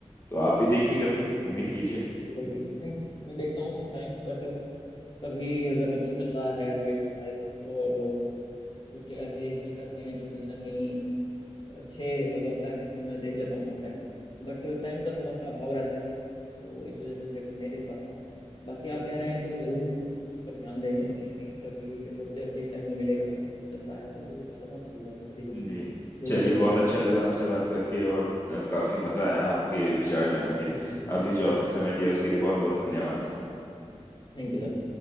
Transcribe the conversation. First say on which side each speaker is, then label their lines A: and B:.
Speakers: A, on the left; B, on the left.
A: तो आप भी देखिए कभी उम्मीद
B: जी
A: कीजिए
B: बिल्कुल बिल्कुल नहीं मैं देखता हूँ समटाइम बट कभी अगर मतलब चल रहा है अधिवेशन लाइव और कुछ ऐसे स्पीकर हैं जो कहीं ना कहीं अच्छे वक्ता हैं तो मैं देख लेता हूँ समटाइम बट टाइम का थोड़ा सा अभाव रहता है तो इस वजह से फिर मैं नहीं देख पाता हूँ बाकी आप कह रहे हैं तो जरूर इस पर ध्यान देंगे देखेंगे कभी अगर जैसे ही टाइम मिलेगा तो चल रहा है तो कोई अच्छा सा अधिवेश- अधिवेशन
A: जी
B: जरूर
A: चलिए
B: देखूंगा
A: बहुत
B: मैं
A: अच्छा लगा आपसे बात करके और अ, काफी मजा आया आपके विचार जान के
B: जी
A: अभी जो आपने समय दिया उसके लिए बहुत बहुत धन्यवाद
B: Thank you sir.